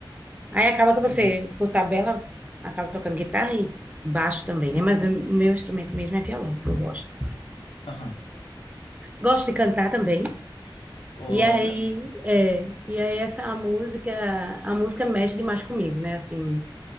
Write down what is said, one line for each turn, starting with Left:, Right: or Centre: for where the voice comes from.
Right: Aí acaba que
Left: bonito.
Right: você, por tabela, acaba tocando guitarra e baixo também, né?
Left: Uhum,
Right: Mas o meu instrumento mesmo é violão, que eu gosto.
Left: aham.
Right: Gosto de cantar também.
Left: Olha.
Right: E aí, é, e aí essa música, a música mexe demais comigo, né? Assim,